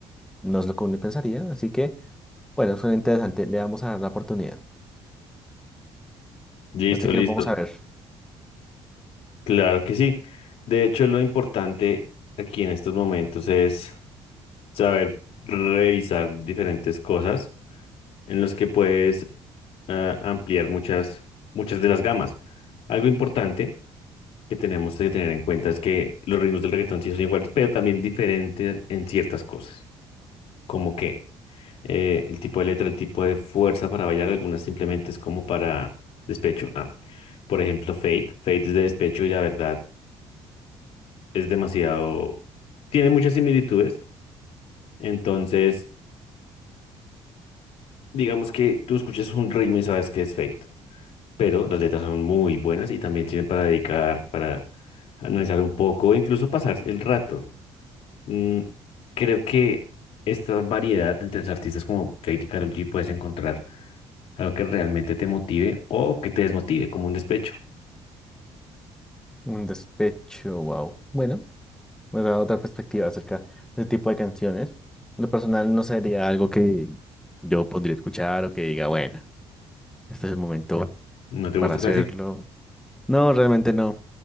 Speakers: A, in the centre; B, on the left (about 70°).
A: no es lo que uno pensaría. Así que, bueno, suena interesante. Le vamos a dar la oportunidad.
B: Listo,
A: Así que
B: listo.
A: vamos a ver.
B: Claro que sí. De hecho, lo importante aquí en estos momentos es saber revisar diferentes cosas en los que puedes ah, ampliar muchas, muchas de las gamas. Algo importante que tenemos que tener en cuenta es que los ritmos del reggaetón sí son iguales, pero también diferentes en ciertas cosas. ¿Como qué? eh, el tipo de letra, el tipo de fuerza para bailar, algunas simplemente es como para despecho. Ah, por ejemplo, Fate. Fate es de despecho y la verdad es demasiado, tiene muchas similitudes. Entonces, digamos que tú escuchas un ritmo y sabes que es fake, pero las letras son muy buenas y también sirven para dedicar, para analizar un poco, e incluso pasar el rato. Mm, creo que esta variedad entre los artistas como Fate y Karol G puedes encontrar algo que realmente te motive o que te desmotive, como un despecho.
A: Un despecho, wow. Bueno, me da otra perspectiva acerca de este tipo de canciones. Lo personal no sería algo que yo pondría a escuchar o que diga, bueno, este es el momento
B: ¿No te gusta
A: para hacerlo.
B: casi?
A: No, realmente no.